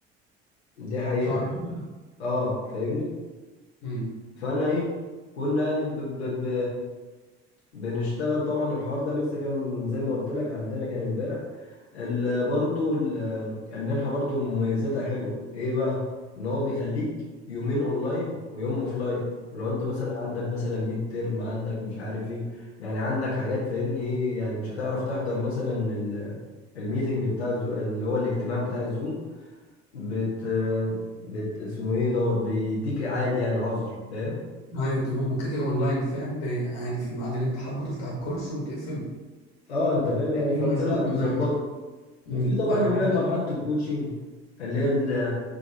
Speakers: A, on the left; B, on the left.
A: دي حقيقه
B: صح كده
A: اه فاهمني
B: امم
A: فانا ايه كنا يعني ب ب ب بنشتغل طبعا الحوار ده لسه كان زي ما قلت لك عندنا كان امبارح ال- برضو ال- المنحة برضو مميزاتها حلوة ايه بقى ان هو بيخليك يومين اونلاين ويوم اوفلاين لو انت مثلا عندك مثلا ميد ترم عندك مش عارف ايه يعني عندك حاجات فاهمني ايه يعني مش هتعرف تحضر مثلا ال- الميتنج بتاع الزو... اللي هو الاجتماع بتاع الزوم بت بت اسمه ايه دوت بيديك عادي يعني عذر فاهم
B: ايوب تمام ما كده كده اونلاين فاهم ب- عادي في الميعاد اللي انت حابه تفتح الكورس وتقفله
A: اه انت فاهم يعني
B: دي
A: فهو
B: مميزات
A: لا
B: الاونلاين
A: بيظبطها
B: امم
A: وفي طبعا
B: انا بحب
A: اللي هي مرحله الكوتشنج اللي هي ال-